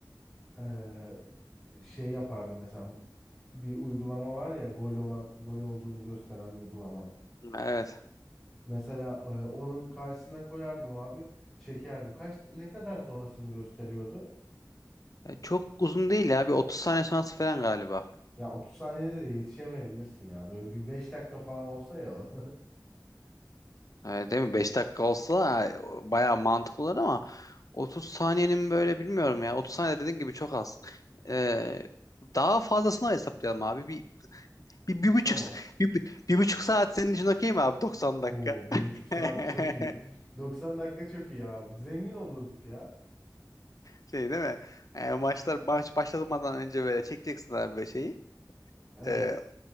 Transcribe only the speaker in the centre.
ee, şey yapardım mesela bir uygulama var ya gol olan gol olduğunu gösteren uygulama.
Mesela ee, onun karşısına koyardım abi, çekerdim. Kaç ne kadar sonrasını gösteriyordu?
Ya otuz saniyede de yetişemeyebilirsin ya. Böyle bir 5 dakika falan olsa ya.
<laughs> Tamam.
Oo bir buçuk saat
çok iyi. 90 dakika çok iyi abi. Zengin olurduk ya.
Evet.